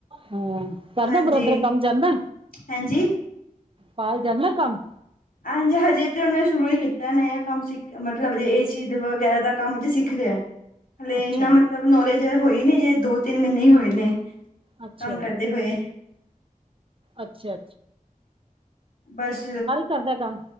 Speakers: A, on the right (about 40°); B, on the left (about 85°).
A: ਹਾਂ, ਕਰਦਾ
B: ਹਾਂਜੀ
A: ਬ੍ਰਦਰ ਕਾੰਮ ਜਾਂਦੈ
B: ਹਾਂਜੀ
A: ਨਾਲ ਜਾਂਦੈ ਕਾੰਮ?
B: ਐਂਜ ਹਜੇ ਤੇ ਓਨੇ ਸ਼ੁਰੂ ਈ ਕੀਤੈ ਨਯਾ ਕੰਮ ਸਿੱਖ ਮਤਲਬ ਹਜੇ ਏ ਸੀ ਦੇ ਵਗੈਰਾ ਦਾ ਕੰਮ ਜੀ ਸਿੱਖ ਖ ਰੈਯਾ, ਹਲੇ
A: ਅੱਛਾ
B: ਇਨਾ ਮਤਲਬ ਨੌਲੇਜ ਹੋਈ ਨੀ ਹਜੇ ਦੋ-ਤਿੰਨ ਮ੍ਹੀਨੇ ਈ ਹੋਏ ਨੇ।
A: ਅੱਛਾ,
B: ਕੰਮ ਕਰਦੇ ਹੋਏ।
A: ਅੱਛਾ-ਅੱਛਾ।
B: ਬਸ
A: ਕਰਦਾ ਕੰਮ?